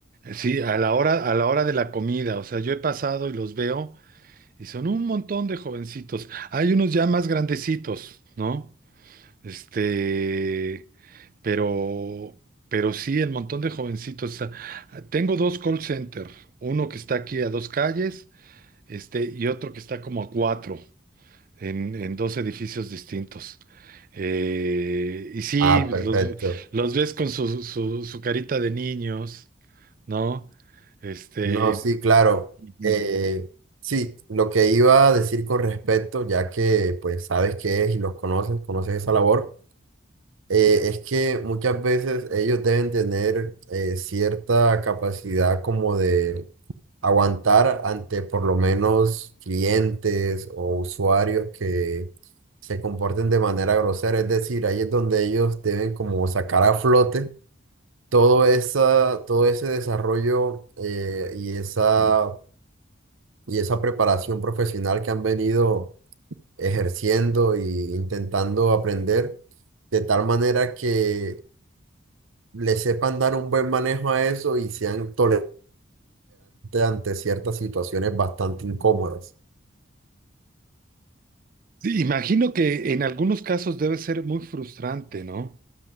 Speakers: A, on the right (about 45°); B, on the right (about 80°).
A: Sí, a la hora, a la hora de la comida, o sea, yo he pasado y los veo y son un montón de jovencitos. Hay unos ya más grandecitos, ¿no? Este, pero, pero sí, el montón de jovencitos. O sea, tengo dos call center, uno que está aquí a dos calles, este, y otro que está como a cuatro, en, en dos edificios distintos. Eh, y sí,
B: Ah, perfecto.
A: los, los ves con su, su, su carita de niños. ¿no? Este,
B: No, sí, claro.
A: Ujú.
B: Eh, sí, lo que iba a decir con respecto, ya que pues sabes qué es y los conoces, conoces esa labor, eh, es que muchas veces ellos deben tener eh, cierta capacidad como de aguantar ante por lo menos clientes o usuarios que se comporten de manera grosera. Es decir, ahí es donde ellos deben como sacar a flote todo esa, todo ese desarrollo eh, y esa y esa preparación profesional que han venido ejerciendo e intentando aprender, de tal manera que le sepan dar un buen manejo a eso y sean tolerantes ante ciertas situaciones bastante incómodas.
A: sí, imagino que en algunos casos debe ser muy frustrante, ¿no?